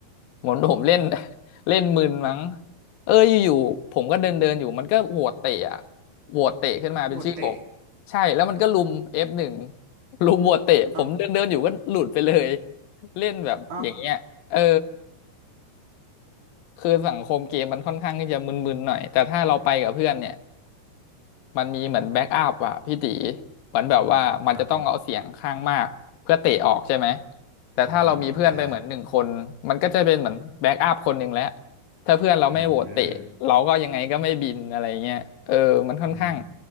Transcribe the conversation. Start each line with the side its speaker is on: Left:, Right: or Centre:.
Left: เหมือนผมเล่น <laughs> เล่นมึนมั้ง เอออยู่ๆผมก็เดินเดินอยู่มันก็โหวตเตะอะโหวตเตะขึ้นมาเป็นชื่อผม
Right: โหดเตะ
Left: ใช่แล้วมันก็ลุมเอฟหนึ่งลุมโหวตเตะผมเดินเดินอยู่ก็หลุดไปเลย
Right: เอ้า
Left: เล่นแบบอย่างเงี้ยเออ
Right: เอ้า
Left: คือสังคมเกมมันค่อนข้างที่จะมึนๆหน่อยแต่ถ้าเราไปกับเพื่อนเนี่ย มันมีเหมือนแบ็กอัพอะพี่ตีเหมือนแบบว่ามันจะต้องเอาเสียงข้างมากเพื่อเตะออกใช่ไหม
Right: อืมครับผม
Left: แต่ถ้าเรามีเพื่อนไปเหมือนหนึ่งคนมันก็จะเป็นเหมือนแบ็กอัพคนหนึ่งแล้ว
Right: อืมใช่
Left: ถ้าเพื่อนเราไม่โหวตเตะเราก็ยังไงก็ไม่บินอะไรเงี้ยเออมันค่อนข้าง
Right: อืมอืม